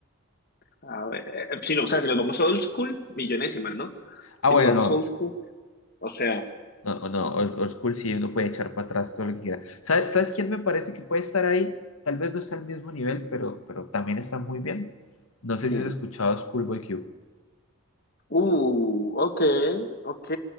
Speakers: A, on the left; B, on the left.
A: a ver, eh, si no, o sea, si nos vamos old school, millonésimas, ¿no?
B: Ah,
A: Si
B: bueno,
A: nos vamos
B: no,
A: old school, o sea,
B: No, o no, old, old school sí, uno puede echar para atrás todo lo que quiera. ¿Sabes, sabes quién me parece que puede estar ahí? Tal vez no está al mismo nivel, pero, pero también está muy bien. No sé
A: ¿quién?
B: si has escuchado Schoolboy Q.
A: Uh, ok, ok,